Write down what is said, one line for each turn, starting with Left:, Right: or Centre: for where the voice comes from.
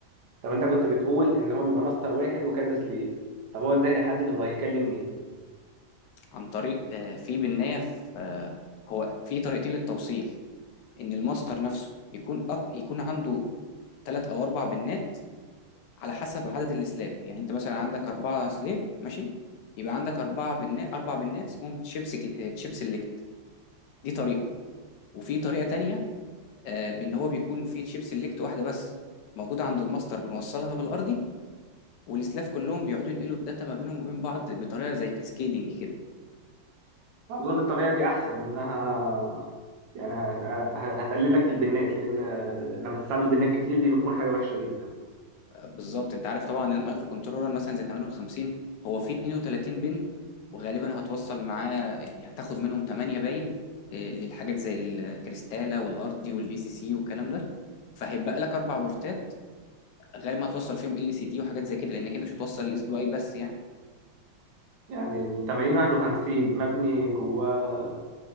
Right: طب انت كنت بتقول ان هو بيبقى ماستر واحد وكذا سليف طب هو ازاي هيحدد هو هيكلم مين
Left: عن طريق آه، في بالنهايه في آه، هو في طريقتين للتوصيل ان الماستر نفسه يكون أق... يكون عنده ثلاث او اربع بنات على حسب عدد السلاف يعني انت مثلا عندك اربعه سليف ماشي يبقى عندك اربعه بنات اربع بنات اسمهم تشيبس تشيب سيلكت دي طريقة وفي طريقة تانية آه، بإن هو بيكون في تشيب سيلكت واحدة بس موجودة عند الماستر بنوصلها بالأرضي والسلاف كلهم بيقعدوا ينقلوا الداتا ما بينهم وبين بعض بطريقة زي كاسكيدنج كده
Right: أظن الطريقة دي أحسن إنها يعني ه- ه- هتقلل لك في البنات لأن لما تستعمل بنات كتير دي بتكون حاجة وحشة جدا
Left: آه، بالظبط أنت عارف طبعا المايكرو كنترولر مثلا زي 58 هو فيه 32 بن وغالبا هتوصل معاه يعني هتاخد منهم 8 باين آه، للحاجات زي الكريستالة والأرضي والفي سي سي والكلام ده فهيبقى لك أربع بورتات غالبا هتوصل فيهم ال سي دي وحاجات زي كده لأنك أنت مش هتوصل الاس بي اي بس يعني
Right: يعني ال 8051 مبني جواه